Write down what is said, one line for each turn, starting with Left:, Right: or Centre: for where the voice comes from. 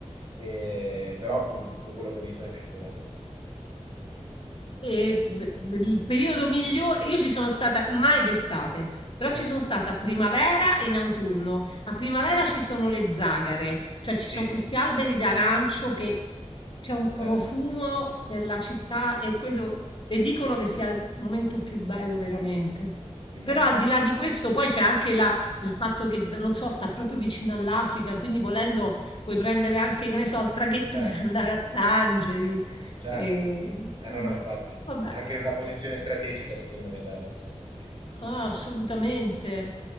Right: e, però appunto tutto quello che ho visto mi è piaciuto molto.
Left: E b- b- il periodo migliore, io ci sono stata mai d'estate, però
Right: <laughs> molto.
Left: ci sono stata a primavera e in autunno.
Right: Sì.
Left: A primavera ci sono le zagare, cioè ci
Right: Sì,
Left: sono questi alberi d'arancio che c'è un profumo
Right: belli,
Left: per la città e quello, e dicono che sia il momento più bello veramente.
Right: immagino.
Left: Però al di là di questo, poi c'è anche la- il fatto che, d- non so, sta proprio vicino all'Africa, quindi volendo puoi prendere anche, che ne so, il traghetto
Right: Certo,
Left: <laughs> per andare a Tangeri.
Right: certo.
Left: E, insomma.
Right: Eh no, no, infatti,
Left: Vabbè,
Right: è anche in una posizione strategica, secondo me, da, da questo punto di vista.
Left: ah, assolutamente.